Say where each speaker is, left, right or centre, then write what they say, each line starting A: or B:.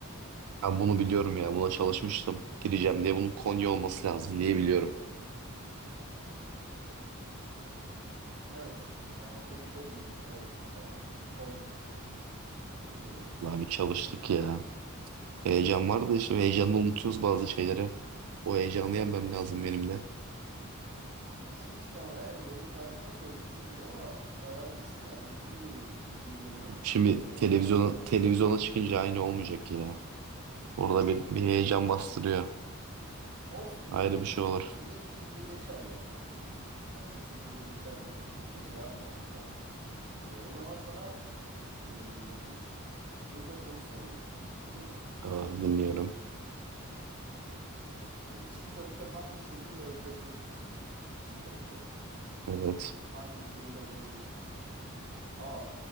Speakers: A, on the right; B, on the right.
A: ben bunu biliyorum ya. Buna çalışmıştım. Gireceğim diye bunun Konya olması lazım diye biliyorum.
B: Evet. Yani tek de bildin. Helal olsun sana. Konya. Tebrik ederim.
A: Abi çalıştık ya. Heyecan vardı işte. Heyecanla unutuyoruz bazı şeyleri. O heyecanı yenmem lazım benim de.
B: İyisin iyisin ama ya. Yani benim karşımda mı böylesin bilmiyorum ama bayağı iyisin yani. Bilgili duruyorsun. Bilgili görünüyorsun.
A: Şimdi
B: Güzel
A: televizyona,
B: cevaplar veriyorsun.
A: televizyona çıkınca aynı olmayacak ya. Orada bir, bir heyecan bastırıyor.
B: Olsun.
A: Ayrı bir şey olur.
B: Yine bir şekilde geçer ya. Yani bir şekilde geçer bence. Çok da şey yapmamak lazım. E, o zaman sana e, bir gurme soru soruyorum. Hazır mısın?
A: Tamam, dinliyorum.
B: E, çiğ köfte hangi şehirle özdeşleşmiştir? Çiğ köfte
A: Evet.
B: hangi şehirle özdeşleşmiştir? A.